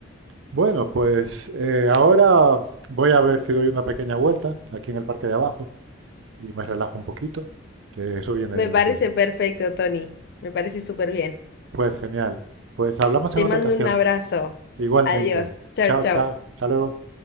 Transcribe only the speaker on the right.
bueno, pues eh, ahora voy a ver si doy una pequeña vuelta aquí en el parque de abajo y me relajo un poquito, que eso viene
bien
siempre.
Pues genial. Pues hablamos
en otra
ocasión.
Igualmente.
Chao,
chao. Hasta luego.